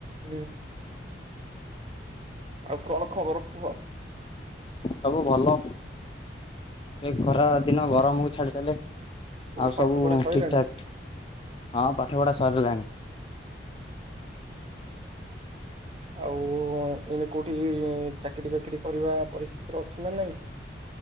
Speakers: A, on the right; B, on the left.
A: ହୁଁ। ଆଉ କଣ ଖବର କୁହ?
B: ସବୁ ଭଲ ଏ ଖରା ଦିନ ଗରମକୁ ଛାଡିଦେଲେ ଆଉ ସବୁ
A: ପାଠ ପଢା ସରିଲାଣି
B: ଠିକ ଠାକ୍ ହଁ ପାଠ ପଢା ସରିଲାଣି
A: ଆଉ ଏନେ କୋଉଠି ଚାକିରି ବାକିରି କରିବା ପରିସ୍ଥିତିରେ ଅଛୁ ନା ନାଇଁ